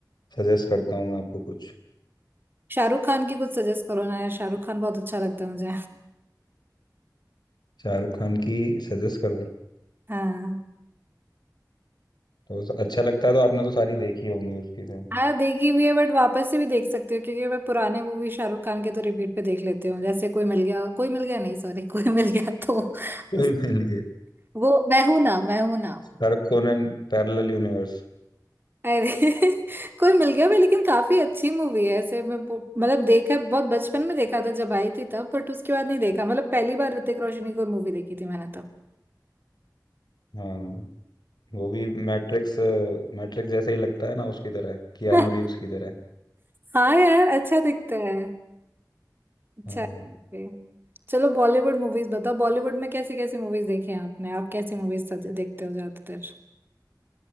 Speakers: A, on the left; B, on the right.
A: सजेस्ट करता हूँ मैं आपको कुछ
B: शाहरुख खान की कुछ सजेस्ट करो ना यार शाहरुख खान बहुत अच्छा लगता है मुझे
A: शाहरुख खान की सजेस्ट करूँ
B: हाँ
A: तो अच्छा लगता है तो आपने तो सारी देखी होंगी उसकी से
B: हाँ देखी हुई है बट वापस से भी देख सकती हूँ क्योंकि मैं पुराने मूवी शाहरुख खान के तो रिपीट पे देख लेती हूँ जैसे कोई मिल गया कोई मिल गया नहीं सॉरी <laughs> कोई मिल गया तो
A: कोई
B: उस,
A: मिल गया
B: वो मैं हूं ना मैं हूं ना
A: Shahrukh Conan parallel universe
B: अरे <laughs> कोई मिल गया मैं लेकिन काफी अच्छी मूवी है ऐसे मैं वो- मतलब देखा बहुत बचपन में देखा था जब आई थी तब बट उसके बाद नहीं देखा मतलब पहली बार ऋतिक रोशन की कोई मूवी देखी थी मैंने तब
A: हाँ वो भी मैट्रिक्स मैट्रिक्स जैसा ही लगता है ना उसकी तरह कियानू
B: <laughs>
A: रीव्स की तरह
B: हाँ यार अच्छा दिखता है अच्छा
A: हाँ
B: है, okay. चलो बॉलीवुड मूवीज बताओ बॉलीवुड में कैसी कैसी मूवीज देखी हैं आपने आप कैसी मूवीज देखते हो ज्यादातर